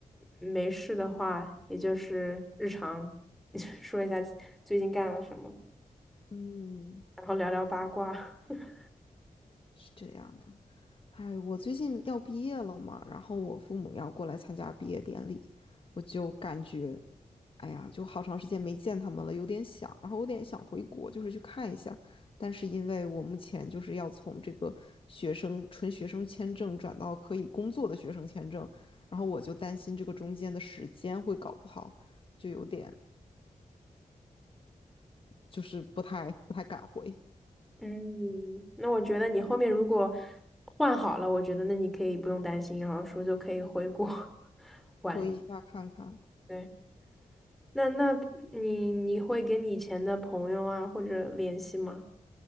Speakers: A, in the centre; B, on the left (about 40°).
A: 没事的话，也就是日常 <laughs> 说一下最近干了什么，
B: 嗯。
A: 然后聊聊八卦。<laughs>
B: 是这样的。哎，我最近要毕业了嘛，然后我父母要过来参加毕业典礼，我就感觉，哎呀，就好长时间没见他们了，有点想，然后有点想回国，就是去看一下。但是因为我目前就是要从这个学生纯学生签证转到可以工作的学生签证，然后我就担心这个中间的时间会搞不好，就有点就是不太不太敢回，
A: 嗯，那我觉得你后面如果换好了，我觉得那你可以不用担心，然后说就可以回国 <laughs> 玩。
B: 回一下看看。
A: 对。那那你你会跟你以前的朋友啊或者联系吗？